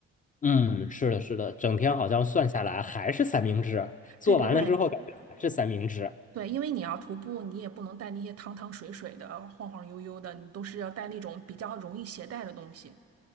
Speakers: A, on the left (about 25°); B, on the right (about 50°).
A: 嗯，是的，是的，整天好像算下来还是三明治，做完了之后感觉还是三明治。
B: 对对对对，因为你要徒步，你也不能带那些汤汤水水的、晃晃悠悠的，你都是要带那种比较容易携带的东西。